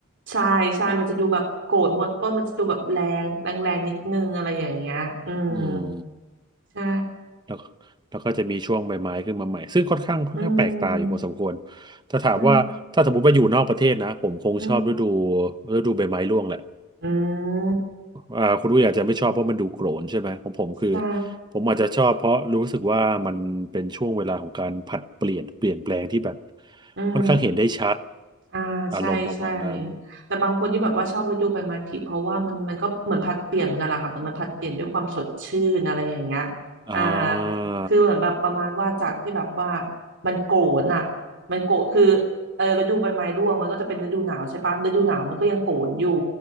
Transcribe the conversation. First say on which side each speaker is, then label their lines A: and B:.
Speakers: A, on the right; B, on the right.
A: ใช่ใช่มันจะดูแบบโกรธหมดต้นมันจะดูแบบแรงแรงแรงนิดนึงอะไรอย่างเงี้ยอืม
B: อืม
A: ใช่
B: แล้วแล้วก็จะมีช่วงใบไม้ขึ้นมาใหม่ ซึ่งค่อนข้างค่อนข้างแปลกตาอยู่พอสมควร
A: อืม
B: ถ้าถามว่า
A: ใช่
B: ถ้าสมมติว่าอยู่นอกประเทศนะ ผมคงชอบฤดู
A: อืม
B: ฤดูใบไม้ร่วงแหละ
A: อืม
B: อ่าคุณรู้อยาจจะไม่ชอบเพราะมันดูโกรนใช่ไหมของผมคือ
A: ใช่
B: ผมอาจจะชอบเพราะรู้สึกว่ามันเป็นช่วงเวลาของการผลัดเปลี่ยนเปลี่ยนแปลงที่แบบ
A: อืม
B: ค่อนข้างเห็นได้ชัด
A: อ่าใช่ใช่
B: อารมณ์ประมาณนั้น
A: แต่บางคนที่แบบว่าชอบฤดูใบไม้ผลิเพราะว่ามันมันก็เหมือนผลัดเปลี่ยนเหมือนกันแหละค่ะแต่มันผลัดเปลี่ยนด้วยความสดชื่นอะไรอย่างเงี้ย
B: อ่า
A: อ่าคือเหมือนแบบประมาณว่าจากที่แบบว่ามันโกรนอ่ะมันโกรนคือเออฤดูใบไม้ร่วงมันก็จะเป็นฤดูหนาวใช่ปะฤดูหนาวมันก็ยังโกรนอยู่